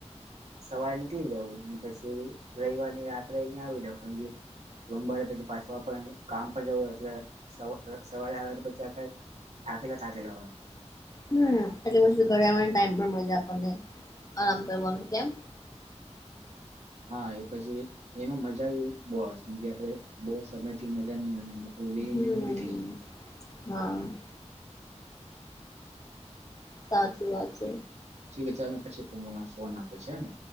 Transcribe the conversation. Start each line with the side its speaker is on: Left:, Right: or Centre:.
Right: સવારે નીકળી જવું અનેને પછી રવિવાર ની રાત્રે અહિયાં આવી જઉ પછી પાછવા પણ કામ પણ જવ એટલે સ સવારે આવે તો પછી આખા થાકેલા થાકેલા હોય
Left: હમ એટલી વસ્તુ ઘરે આવવાને ટાઈમ પણ મળી જાય આપણને આરામ કરવાનું કેમ
Right: હા એ પછી એમાં મજા બી બહુ હશે કેમ આપડે બહુ સમય થી મહિલા ની મજા લીની
Left: હમ
Right: થઈ ને
Left: હા સાચી વાત છે
Right: ઠીક છે ચાલં પછી ફ ફોન આપ્યો છે હ ને